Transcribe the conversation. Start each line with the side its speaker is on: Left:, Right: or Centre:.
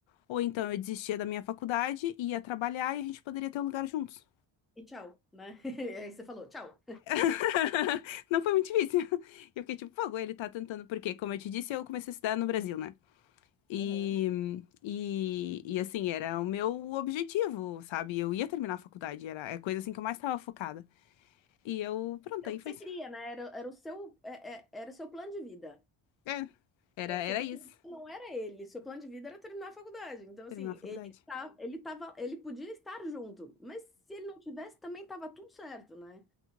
Left: ou então eu desistia da minha faculdade, ia trabalhar e a gente poderia ter um lugar juntos.
Centre: E tchau, né? <laughs> E Aí você falou, tchau.
Left: <laughs> Não foi muito difícil. <laughs> Eu fiquei tipo, pô, ele tá tentando, porque, como eu te disse, eu comecei a estudar no Brasil, né? E,
Centre: Uhum.
Left: e, e, assim, era o meu objetivo, sabe? Eu ia terminar a faculdade, era é coisa assim que eu mais estava focada. E eu, pronto,
Centre: É
Left: aí
Centre: o que
Left: foi
Centre: você
Left: isso.
Centre: queria, né? Era, era o seu, é- é- era o seu plano de vida.
Left: É, era,
Centre: É, O seu
Left: era
Centre: plano
Left: isso,
Centre: de vida não era ele. Seu plano de vida era terminar a faculdade. Então,
Left: terminar
Centre: assim,
Left: a faculdade.
Centre: ele tá, ele tava, ele podia estar junto, mas se ele não tivesse, também tava tudo certo, né?